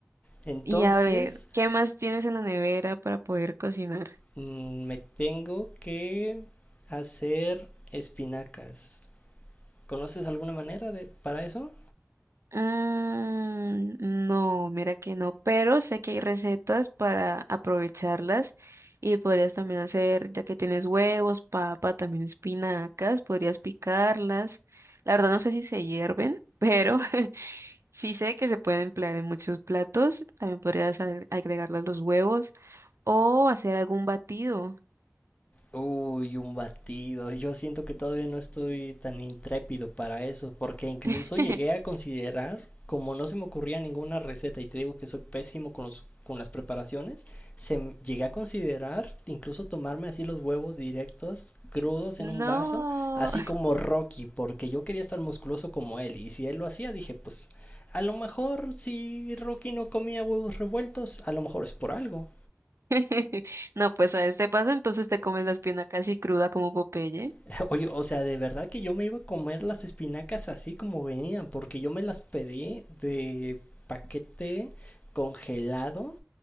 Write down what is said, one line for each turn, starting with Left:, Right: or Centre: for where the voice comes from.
Left: Entonces,
Right: Y a ver, ¿qué más tienes en la nevera para poder cocinar?
Left: Mm, Me tengo que hacer espinacas. ¿Conoces alguna manera de para eso?
Right: Mm, no, mira que no, pero sé que hay recetas para aprovecharlas y podrías también hacer, ya que tienes huevos, papa, también espinacas, podrías picarlas. La verdad no sé si se hierven, pero <laughs> sí sé que se pueden emplear en muchos platos. También podrías agre- agregarle los huevos o hacer algún batido.
Left: Uy, un batido. Yo siento que todavía no estoy tan intrépido para eso, porque incluso
Right: <laughs>
Left: llegué a considerar, como no se me ocurría ninguna receta, y te digo que soy pésimo con los, con las preparaciones, se m- llegué a considerar incluso tomarme así los huevos directos, crudos
Right: No.
Left: en un vaso, así como Rocky, porque yo quería estar musculoso como él, y si él lo hacía, dije, pues a lo mejor si Rocky no comía huevos revueltos, a lo mejor es por algo.
Right: <laughs> No, pues a este paso entonces te comes la espina casi cruda como Popeye.
Left: <laughs> Oye, o sea, de verdad que yo me iba a comer las espinacas así como venían, porque yo me las pedí de paquete congelado